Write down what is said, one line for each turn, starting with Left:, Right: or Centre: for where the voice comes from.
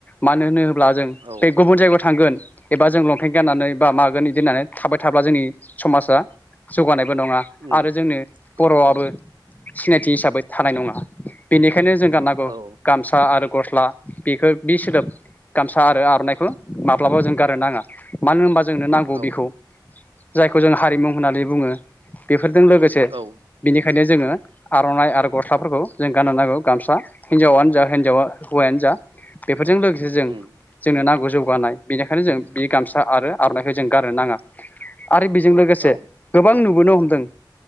Left: मानो होनो ब्ला जों
Right: औ
Left: बे गुबुन जायगायाव थांगोन । एबा जों लंपेन्ट गाननानै बा मागोन बिदि होननानै थाबाय थाब्ला जोंनि समाजा जौगानाय नङा
Right: उम
Left: आरो जोंनो बर'आबो
Right: औ
Left: सिनायथि हिसाबै थानाय नङा बेनिखायनो जों गाननांगौ
Right: औ
Left: गामसा आरो गस्ला । बेखौ बि सोदोब गामसा आरो आर'नाइखौ माब्लाबा जों गारनो नाङा मानो होनबा जोंनो नांगौ
Right: औ
Left: बेखौ जायखौ जों हारिमु होननानै बुङो फोरजों लोगोसे
Right: औ
Left: बेनिखायनो जोङो आर'नाइ आरो गस्लाफोरखौ जों गाननो नांगौ गामसा हिनजावानो जा हिनजाव हौवायानो जा बे बेफोरजों लोगोसे जों
Right: उम
Left: जोंनो नांगौ जौगानाय बेनिखायनो जों बे गामसा आरो आर'नाइखौ जों गारनो नाङा। आरो बेजों लोगोसे
Right: औ
Left: गोबां नुबोनो हमदों